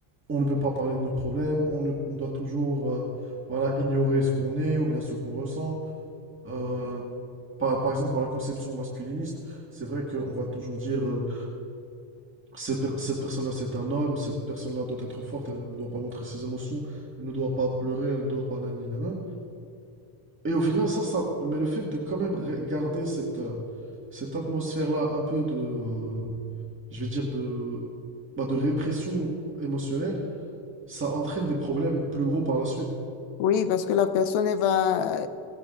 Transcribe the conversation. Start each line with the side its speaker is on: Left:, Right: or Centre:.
Right: on ne peut pas parler de nos problèmes, on ne- on doit toujours euh, voilà, ignorer ce qu'on est ou bien ce qu'on ressent. Euh, par, par exemple, pour la conception masculiniste, c'est vrai qu'on va toujours dire euh, Ces per- cette personne-là, c'est un homme, cette personne-là doit être forte, elle ne doit pas montrer ses émotions, elle ne doit pas pleurer, elle ne doit pas... nanani, nanana. Et au final, ça, ça... Mais le fait de quand même re- garder cette, euh, cette atmosphère-là un peu de... euh, je vais dire de... bah, de répression émotionnelle, ça entraîne des problèmes plus gros par la suite.
Left: Oui, parce que la personne, elle va,